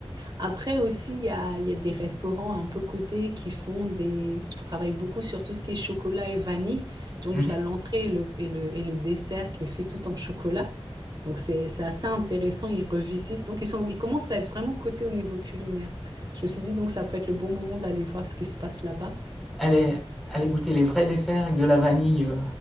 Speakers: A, on the right; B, in the centre.
A: Après aussi, il y a, il y a des restaurants un peu cotés qui font des, qui travaillent beaucoup sur tout ce qui est chocolat et vanille. Donc
B: Mhm.
A: tu as l'entrée et le, et le, et le dessert qui est fait tout en chocolat. Donc c'est, c'est assez intéressant, ils revisitent. Donc ils sont, ils commencent à être vraiment cotés au niveau culinaire. Je me suis dit donc ça peut être le bon moment d'aller voir ce qui se passe là-bas.
B: Allez, allez goûter les vrais desserts avec de la vanille euh,